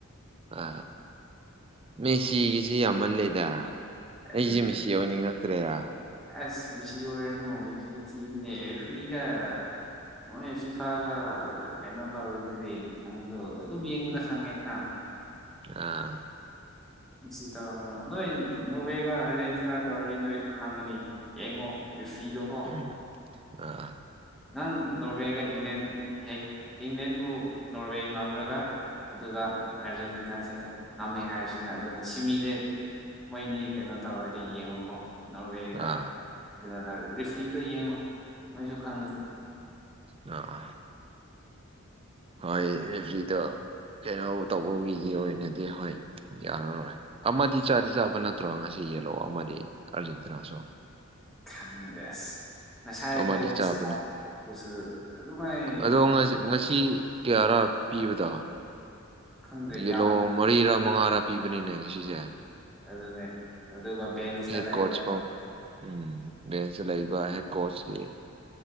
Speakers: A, on the right; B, in the centre.
A: ꯑ ꯃꯦꯁꯤꯒꯤꯁꯤ ꯌꯥꯝꯃꯜꯂꯦꯗ
B: ꯑꯗꯨꯅꯦ
A: ꯑꯩꯁꯨ ꯃꯤꯁꯤ ꯑꯣꯏꯅꯤꯡꯉꯛꯇ꯭ꯔꯦꯗꯥ
B: ꯑꯁ ꯃꯦꯁꯁꯤ ꯑꯣꯏꯔꯨꯅꯣ ꯃꯤꯁꯤ ꯊꯤꯕꯅꯦ ꯔ‌ꯦꯐꯔꯤꯒ ꯃꯣꯏ ꯐꯤꯐꯥꯒ ꯀꯩꯅꯣ ꯇꯧꯔꯤꯗꯨꯗꯤ ꯅꯪꯁꯨ ꯑꯗꯨꯝ ꯌꯦꯡꯕꯗ ꯈꯪꯉꯦꯗꯅ
A: ꯑꯥ
B: ꯃꯤꯁꯤ ꯇꯧꯔꯅꯨ ꯅꯣꯏ ꯅꯣꯔꯋꯦꯒ ꯑꯥꯔꯖꯦꯟꯇꯤꯅꯥ ꯇꯧꯔꯗꯤ ꯅꯣꯏꯁꯨ ꯈꯪꯉꯅꯤ ꯌꯦꯡꯉꯣ ꯔꯦꯐꯔꯤꯗꯣꯀꯣ
A: ꯎꯝ ꯑ
B: ꯅꯪ ꯅꯣꯔꯋꯦꯒ ꯏꯪꯂꯦꯟ ꯍꯦꯛ ꯏꯪꯂꯦꯟꯕꯨ ꯅꯣꯔꯋꯦ ꯉꯝꯔꯒ ꯑꯗꯨꯒ ꯑꯥꯔꯖꯦꯟꯇꯤꯅꯥꯁꯦ ꯉꯝꯃꯦ ꯍꯥꯏꯔꯁꯤꯅ ꯑꯗꯨꯒ ꯁꯤꯃꯤꯗ ꯃꯣꯏꯅꯤ ꯀꯩꯅꯣ ꯇꯧꯔꯒꯗꯤ ꯌꯦꯡꯉꯨꯀꯣ ꯅꯣꯔꯋꯦꯒ
A: ꯑꯥ
B: ꯑꯔꯖꯟꯇꯤꯅ ꯇꯔꯗꯤ ꯔꯤꯐ꯭ꯔꯤꯗꯣ ꯌꯦꯡꯉꯣ ꯅꯣꯏꯁꯨ ꯈꯪꯒꯅꯤ
A: ꯑ ꯍꯣꯏ ꯔꯦꯐ꯭ꯔꯤꯗꫭ ꯀꯩꯅꯣ ꯇꯧꯕꯒꯤ ꯑꯣꯏꯅꯗꯤ ꯍꯣꯏ ꯌꯥꯔꯔꯣꯏ ꯑꯃꯗꯤ ꯆꯥꯗꯤ ꯆꯥꯕ ꯅꯠꯇ꯭ꯔꯣ ꯉꯁꯤ ꯌꯦꯜꯂꯣ ꯑꯃꯗꯤ ꯑꯔꯖꯦꯟꯇꯤꯅꯁꯨ
B: ꯈꯪꯗꯦ ꯑꯁ ꯉꯁꯥꯏ
A: ꯑꯃꯗꯤ
B: ꯒꯣꯜ
A: ꯆꯥꯕꯅꯦ
B: ꯏꯁꯇꯥꯁꯨ <unintelligible> ꯑꯗꯨꯃꯥꯏ
A: ꯑꯗꯣ ꯉꯁꯤ ꯀꯌꯥꯔꯥ ꯄꯤꯕꯗꯣ
B: ꯈꯪꯗꯦ
A: ꯌꯦꯜꯂꯣ
B: ꯌꯥꯝꯃꯦ
A: ꯃꯔꯤꯔꯥ ꯃꯉꯥꯔꯥ ꯄꯤꯕꯅꯤꯅꯦ ꯉꯁꯤꯁꯦ
B: ꯑꯗꯨꯅꯦ ꯑꯗꯨꯒ ꯕꯦꯟꯁꯗ
A: ꯍꯦꯠ
B: ꯂꯩꯕꯒ
A: ꯀꯣꯆ ꯐꯥꯎ ꯎꯝ ꯕꯦꯟꯁꯇ ꯂꯩꯕ ꯍꯦꯗ ꯀꯣꯆꯀꯤ